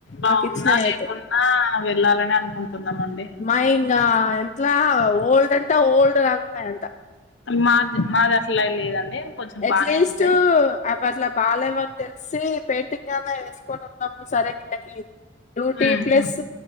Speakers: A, on the left (about 65°); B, on the left (about 40°).
A: బాగున్నా
B: మాకు ఇచ్చినావి
A: లేకున్నా
B: అయితే
A: వెళ్ళాలని అనుకుంటున్నామండి
B: మా ఇంకా ఎంట్లా ఓల్డ్ అంటే ఓల్డ్ రాకున్నాయింత
A: మాది మాద అట్లా లేదండి కొంచెం
B: ఎట్లీస్ట్
A: బానే ఉంటాయి
B: మల బాాలేవని తెలిసి పెయింటింగ్ అన్నా వేసుకొని ఉన్నాము సరే వీళ్ళకి డ్యూటీ
A: ఉమ్
B: ప్లస్